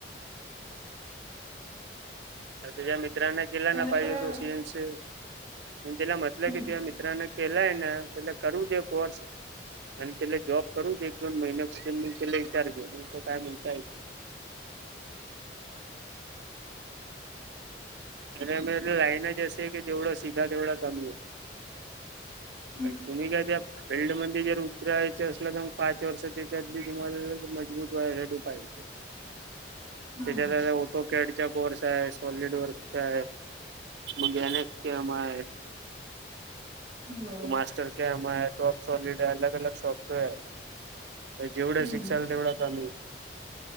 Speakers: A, on the right; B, on the right.
A: अरे तुझ्या मित्रांना दिला
B: त्यांना
A: ना पाहिजे,
B: सगळ्या
A: तो
B: गो
A: सी एन सी तिला म्हटलं
B: हम्म
A: की ति मित मित्रांन केलाय ना त्याला करू दे कोर्स. आणि त्याला जॉब करू एक दोन महिन्यापासून मी त्याला विचार घे मी त काय म्हणता ये. खरं म्हणजे लाईनच अशी आहे की जेवढं शिकलं तेवढं कमी आहे.
B: <inaudible>
A: अ कुणी काय त्यात? फिल्ड मध्ये जर उतरायच असलं, तर मग पाच वर्ष त्याच्यात तुम्हाला मजबूत व्हायसाठी पाहिजे.
B: <inaudible> हम्म
A: त्याच्यात ओटोकॅडचा कोर्स आहे. सॉलिड वर्क काय? म्हजे एन एस केम आहे.
B: बरोबर
A: मास्टरकॅम्प, टॉपसॉलिड अलग, अलग सॉफ्टवेअर. हे जेवढं
B: हम्म
A: शिक्षलं तेवढं कमी